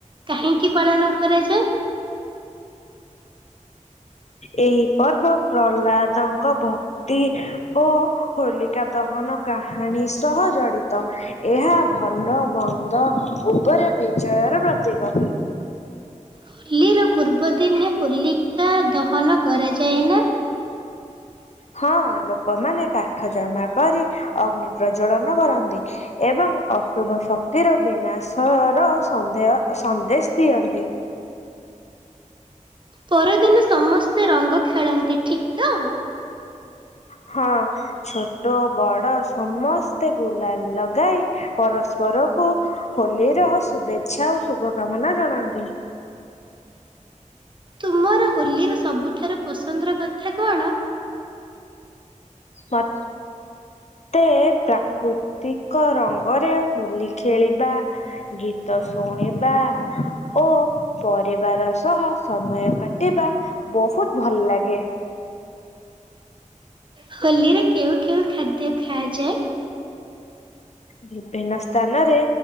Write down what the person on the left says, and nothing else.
ଏହି ପର୍ବ ପ୍ରହ୍ଲାଦଙ୍କ ଭକ୍ତି ଓ ହୋଲିକା ଦହନ କାହାଣୀ ସହ ଜଡ଼ିତ। ଏହା ଭଲ ମନ୍ଦ ଉପରେ ବିଜୟର ପ୍ରତୀକ।
ହଁ ଲୋକମାନେ କାଠ ଜମା କରି ଅଗ୍ନି ପ୍ରଜଳନ କରନ୍ତି। ଏବଂ ଅଶୁଭ ଶକ୍ତିର ବିନାଶ ର ସନ୍ଦେହ ସନ୍ଦେଶ ଦିଅନ୍ତି।
ହଁ ଛୋଟ ବଡ଼ ସମସ୍ତେ ଗୁଲା ଲଗାଇ ପରସ୍ପର ପରକୁ ହୋଲିର ଶୁଭେଚ୍ଛା ଓ ଶୁଭ କାମନା ଜଣାନ୍ତି।
ମତ ତ ପ୍ରାକୃତିକ ରଙ୍ଗରେ ହୋଲି ଖେଳିବା। ଗୀତ ଶୁଣିବା ଓ ପରିବାର ସହ ସମୟ କାଟିବା ବହୁତ ଭଲଲାଗେ।
ବିଭିନ୍ନ ସ୍ଥାନରେ